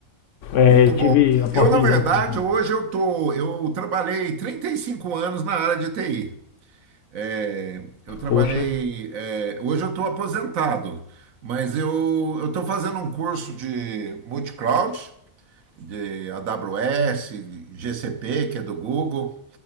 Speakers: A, on the left; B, on the right.
A: Eh,
B: Muito bom.
A: tive a oportunidade
B: Eu, na verdade,
A: de trabalhar.
B: hoje eu tô, eu trabalhei 35 anos na área de TI. É, eu trabalhei,
A: Poxa,
B: é, hoje eu estou aposentado, mas eu eu estou fazendo um curso de multicloud de AWS, GCP, que é do Google.